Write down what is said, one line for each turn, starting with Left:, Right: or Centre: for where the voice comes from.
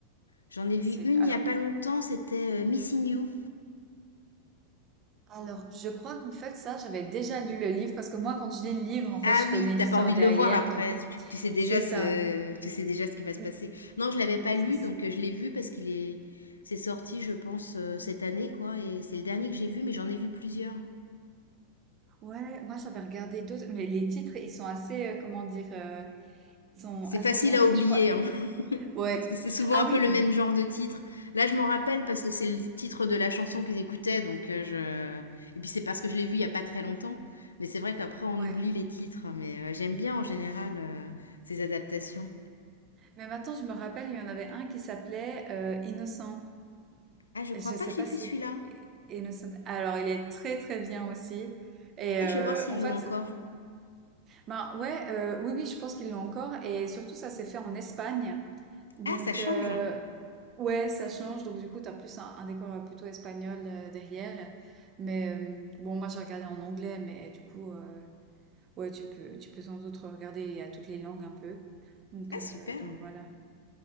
Left: J'en ai vu
Right: C'est
Left: une
Right: alors
Left: il y a pas longtemps, c'était euh, Missing You.
Right: alors je crois qu'en fait ça, j'avais déjà lu le livre parce que moi quand je lis le livre, en fait,
Left: Ah
Right: je connais
Left: oui,
Right: l'histoire
Left: t'as pas envie de
Right: derrière,
Left: le voir après.
Right: donc
Left: Tu, tu sais déjà
Right: c'est ça.
Left: ce, tu sais déjà ce qui va se
Right: Mm,
Left: passer. Non, je l'avais pas
Right: C'est
Left: lu, donc euh, je l'ai vu parce qu'il est, c'est sorti, je pense, euh, cette année, quoi. Et c'est le dernier que j'ai vu, mais j'en ai vu plusieurs.
Right: Ouais, moi j'avais regardé d'autres, mais les titres, ils sont assez, euh, comment dire, euh, ils sont
Left: C'est
Right: assez
Left: facile
Right: bien
Left: à
Right: faits,
Left: oublier,
Right: je crois.
Left: hein, <laughs>
Right: Ouais.
Left: parce que c'est souvent
Right: Ah
Left: un peu
Right: oui,
Left: le même genre de titre. Là, je m'en rappelle parce que c'est le titre de la chanson qu'ils écoutaient, donc euh, je. Et puis c'est parce que je l'ai vu il y a pas très longtemps. Mais c'est vrai qu'après on
Right: ouais.
Left: oublie les titres. hein, Mais euh, j'aime bien en général euh, ces adaptations.
Right: Mais maintenant, je me rappelle, il y en avait un qui s'appelait euh, Innocent.
Left: Ah, je crois
Right: Je
Left: pas
Right: sais
Left: que j'ai
Right: pas
Left: vu
Right: si...
Left: celui-là.
Right: Innocent. Alors, il est très très bien aussi. Et
Left: Ah,
Right: euh,
Left: je vais voir s'ils
Right: en fait,
Left: l'ont encore.
Right: Ben ouais, euh, oui, oui, je pense qu'ils l'ont encore. Et surtout, ça s'est fait en Espagne. Donc,
Left: Ah, ça change.
Right: euh,
Left: Ah,
Right: ouais, ça change. Donc, du coup, tu as plus un, un décor euh, plutôt espagnol euh, derrière. Mais euh, bon, moi, j'ai regardé en anglais, mais du coup, euh, ouais, tu peux, tu peux sans doute regarder à toutes les langues un peu. Donc, euh,
Left: super.
Right: donc voilà.